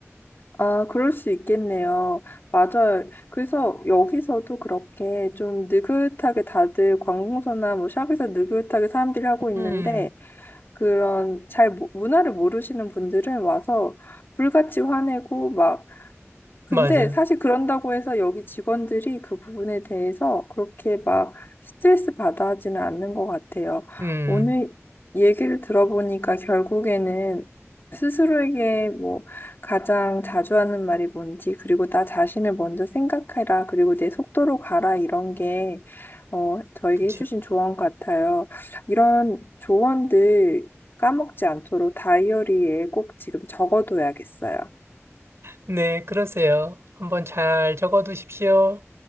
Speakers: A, on the left; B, on the right.
A: 아, 그럴 수 있겠네요. 맞아요. 그래서 여기서도 그렇게 좀 느긋하게 다들 관공서나 뭐 샵에서 느긋하게 사람들이 하고 있는데
B: 음
A: 그런 잘 모- 문화를 모르시는 분들은 와서 불같이 화내고 막 근데
B: 맞아
A: 사실 그런다고 해서 여기 직원들이 그 부분에 대해서 그렇게 막 스트레스 받아 하지는 않는 것 같아요.
B: 아음
A: 오늘 얘기를 들어보니까 결국에는 스스로에게 뭐 가장 자주 하는 말이 뭔지, 그리고 나 자신을 먼저 생각해라, 그리고 내 속도로 가라, 이런 게, 어, 저에게
B: 그쵸
A: 해주신 조언 같아요. 이런 조언들 까먹지 않도록 다이어리에 꼭 지금 적어둬야겠어요.
B: 네 그러세요 한번 잘 적어두십시오.